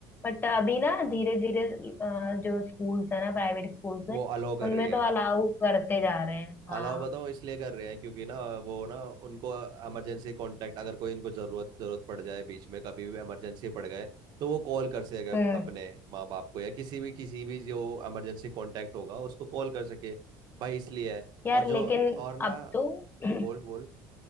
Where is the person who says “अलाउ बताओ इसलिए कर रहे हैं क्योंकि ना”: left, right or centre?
Right